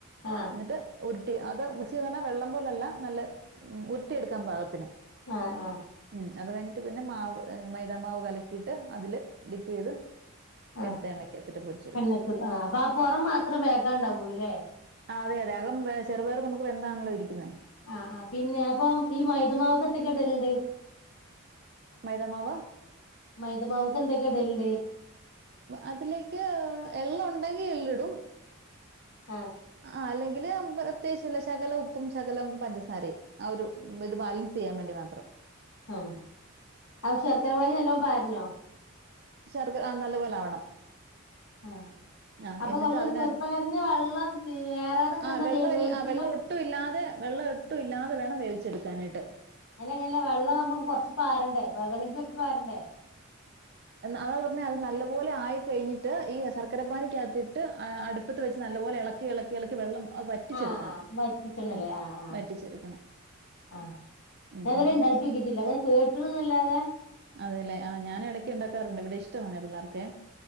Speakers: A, on the left; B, on the right.
A: ആഹ്
B: എന്നിട്ട് ഉര് ട്ടി അത് മിക്സ യ്യും പറഞ്ഞാൽ വെള്ളം പോലല്ല നല്ല ഉരുട്ടിയെടുക്കാൻ പാകത്തിന്
A: ആഹ് ആഹ്
B: ഉം അത് കഴിഞ്ഞിട്ട് പിന്നെ മാവ് എ മൈദാമാവ് കലക്കിയിട്ട് അതില് ഡിപ്പ് ചെയ്ത്
A: ആഹ്
B: എടുത്ത് എണ്ണക്കകത്തിട്ട് പൊരിചെടുക്കും
A: എണ്ണക്കിടും ആഹ് അപ്പൊ ആ പുറം
B: ഉം
A: മാത്രം വേകാണ്ടാവുള്ളൂല്ലേ
B: ആ അതെ അതെ അകം ചെറുപയർ നമുക്ക് വെ അതാണല്ലോ ഇരിക്കുന്നേ
A: ആ ആ പിന്നെ അപ്പം ഈ മൈദമാവ്ക്കത്തൊക്കെ ഇടലണ്ട്.
B: മൈദാമാവ്
A: മൈദ മാവ് ക്എന്തോകെ വേൽ ഡേ
B: അതിലേക്ക് എള്ള്ഉണ്ടെങ്കി എള്ളിടും.
A: ആഹ്
B: ആ അല്ലെ തില് പ്രത്യേശ് ശകലം ഉപ്പും ശകലം പഞ്ചസാരയും, ആ ഒരു ഇത് ബാലൻസ് ചെയ്യാൻ വേണ്ടി മാ ത്രം
A: ആ അശർക്കര പാനി പാരണോ
B: ശർക്ക ആഹ നല്ല പോലെ ആവണം
A: ആഹ്
B: ആ
A: അപ്പൊ
B: എന്നിട്ട്
A: നമ്മള്
B: അതിന
A: ചെറുപ്പയറിന് വെള്ളം ഏറാതൊക്കെ
B: ആ
A: എന്താ
B: വെള്ള
A: ചെയ്യ വേവിക്കുമ്പോ
B: വെള്ളം ഒട്ടും ഇല്ലാതെ വെള്ളം ഒട്ടും ഇല്ലാതെ വേണം വേവിച്ചു എടുക്കാനായിട്ട്
A: അനങ്ങനല്ല വള്ളം നമ്മുക്ക് കൊറച്ചു പാറണ്ടേ വേകണെങ്കി കൊറച്ചു പാറണ്ടേ
B: അതാ പറഞ്ഞ അത് നല്ലപോലെ ആയി കഴിഞ്ഞിട്ട് ഈ ശർക്കരപ്പാനിക്ക അകത്തിട്ട് അടുപ്പത്ത് വെച്ച് നല്ല പോലെ ഇളക്കി ഇളക്കി ഇളക്കി വെള്ളം അത് വറ്റിച്ചെടുക്കണം
A: ആ വറ്റിച്ചിട്ടുണ്ടല്ലേ
B: ഉം
A: ആഹ ആഹ
B: വറ്റിച്ചെടുക്കണം
A: ആഹ
B: ഉം
A: ഞാൻ അങ്ങനെ ഇണ്ടാക്കി നോക്കിട്ടില്ല. അങ്ങനെ കേകണ് അല്ലതെ
B: അതല്ലേ ഞാൻ ഇടക്ക് ഉണ്ടാക്കാറുണ്ട് ഇവിടെ ഇഷ് ട്ടോനെ പിള്ളേർക്കെ